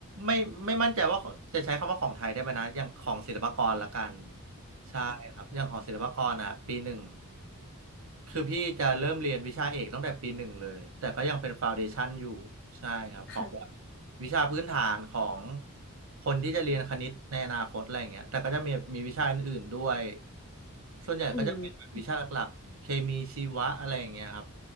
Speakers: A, on the right (about 65°); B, on the left (about 50°).
A: ไม่ไม่มั่นใจว่าจะใช้คำว่าของไทยได้ไหมนะอย่างของศิลปากรละกันใช่ครับอย่างของศิลปากรอ่ะปีหนึ่ง คือพี่จะเริ่มเรียนวิชาเอกตั้งแต่ปีหนึ่งเลยแต่ก็ยังเป็นฟาวเดชั o นอยู่ใช่ครับของแบบ
B: ค่ะ
A: วิชาพื้นฐานของคนที่จะเรียนคณิตในอนาคตอะไรอย่างเงี้ยแต่ก็จะมีมีวิชาอื่นๆด้วยส่วนใหญ่ก็จะเป็นแบบวิชาหลักๆเคมีชีวะอะไรอย่างเงี้ยครับ
B: อืม